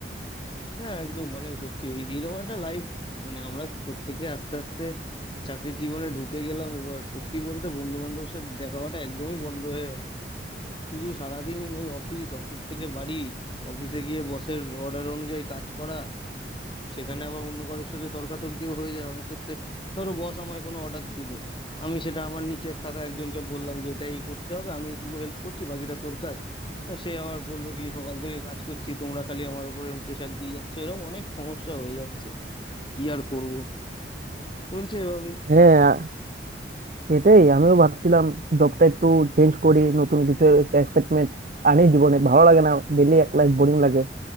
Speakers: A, on the left; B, on the right.
A: হ্যাঁ একদম মানে সত্যি এই- এইরকম একটা লাইফ মানে আমরা প্রত্যেকে আস্তে আস্তে চাকরির জীবনে ঢুকে গেলাম এবার সত্যি বলতে বন্ধু বান্ধবের সাথে দেখা হওয়াটা একদমই বন্ধ হয়ে গেল শুধু সারাদিন ওই অফিস অফিস থেকে বাড়ি অফিসে গিয়ে বসের অর্ডার অনুযায়ী কাজ করা সেখানে আবার অন্য কারোর সাথে তর্কাতর্কিও হয়ে যায় অনেক ক্ষেত্রে ধরো বস আমায় কোনো অর্ডার দিল আমি সেটা আমার নিচে থাকা একজনকে বললাম যে এটা এই করতে হবে আমি এইটুকু হেল্প করছি বাকিটা তোর কাজ তা সে আবার বললো কি সকাল থেকে কাজ করছি তোমরা খালি আমার উপর এরকম প্রেশার দিয়ে যাচ্ছ এরকম অনেক সমস্যা হয়ে যাচ্ছে কি আর করব চলছে এভাবেই
B: হ্যাঁ এটাই আমিও ভাবছিলাম জবটা একটু চেঞ্জ করি নতুন কিছু একটা এক্সাইটমেন্ট আনি জীবনে ভালো লাগে না ডেলি এক লাইফ বোরিং লাগে